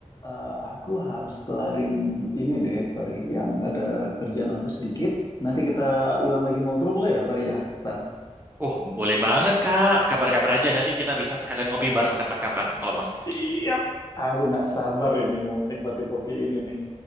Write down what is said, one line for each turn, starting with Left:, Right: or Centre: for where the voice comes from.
Left: eh, aku harus kelarin ini deh Farid yang ada kerjaan aku sedikit nanti kita ulang lagi ngobrol boleh ya Farid ya Ntar.
Right: Oh, boleh banget, Kak. Kabar-kabar aja nanti kita bisa sekalian ngopi bareng kapan-kapan kalau mau.
Left: Siap. Aku nggak sabar ini mau menikmati kopi ini nih.